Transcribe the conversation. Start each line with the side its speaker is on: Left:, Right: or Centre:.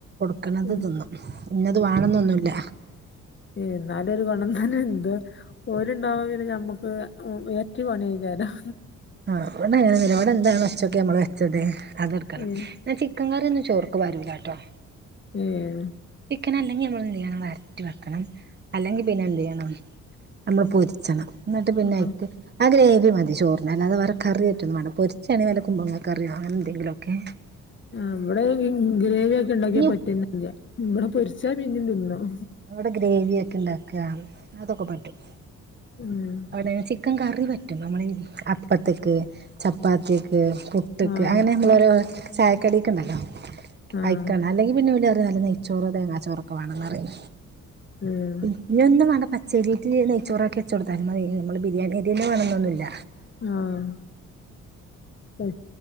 Right: ക്ക്ണത്
Left: ഉം
Right: തിന്നും. ഇന്നത് വാണംന്നൊന്നുല്ല
Left: ഏ ന്നാലും <unintelligible> ഓലുണ്ടാവുമ്പോൾ പിന്നെ നമ്മക്ക് ഇരട്ടി പണിയാക്കാരം.
Right: ആഹ് ഇവടെ അങ്ങനെയൊന്നുല്ല എന്താണ് ഉച്ചക്ക് നമ്മള് വെച്ചത് അതെട്ക്കണം
Left: ഉം
Right: ഞാ ചിക്കൻ കറി ഒന്ന് ചോർക് ക്കുപാരൂലാട്ടോ
Left: ഏ <inaudible>
Right: ക്കനഅല്ലെങ്കിൽ നമ്മളെന്ത്യ്യണം, വരറ്റി വെക്കണം. അല്ലെങ്കിൽ പിന്നെ എന്തെയ്യണം നമ്മൾ പൊര്ച്ചണം. ന്നട്ട് പിന്നെയ്ക്ക്
Left: ആഹ്
Right: ആ ഗ്രേവി മതി ചോറിന്. അല്ലാത വേറെ കറിയായിട്ടൊന്നും വാണ്ട. പൊരിച്ചാണെ വല്ല കുംബ്ലങ്ങ കറിയോ അങ്ങനെ എന്തെങ്കിലൊക്കെ <unintelligible> <inaudible>
Left: ആ വിടെ ഗ്രേവി ഒക്കെണ്ടാക്കിയാ
Right: ഇനി
Left: പറ്റ ന്നെല്ല വടെ പൊര്ച്ചാ പിന്നിം തിന്നും
Right: അവിടെ ഗ്രേവി ഒക്കെ ഇണ്ടാക്ക, അതൊക്കെ പറ്റും.
Left: ഉം
Right: അവിടെ ചിക്ക് ചിക്കൻ കറി പറ്റും നമ്മൾ അപ്പത്തക്ക്, ചപ്പാത്തിക്ക്, പുട്ട്ക്ക്
Left: ആഹ്
Right: അങ്ങനെ നമ്മളോ ചായക്കടി ഒക്കെണ്ടല്ലോ
Left: ആഹ്
Right: അയ്ക്കാണ് അല്ലെങ്കിൽ പിന്നെ ഓല് പറയും <unintelligible> ചോറ് തേങ്ങാ ചോറൊക്കെ വേണന്ന് പറയും
Left: ഉം
Right: ഇനി ഒന്നും വേണ്ട പ പച്ചേരിറ്റ് നെയ്ച്ചോറാക്കി വെച്ചൊട്ത്താലും മതി നമ്മള് ബിരിയാണി അരിന്നെ വേണന്നൊന്നുല്ല.
Left: ആഹ് എം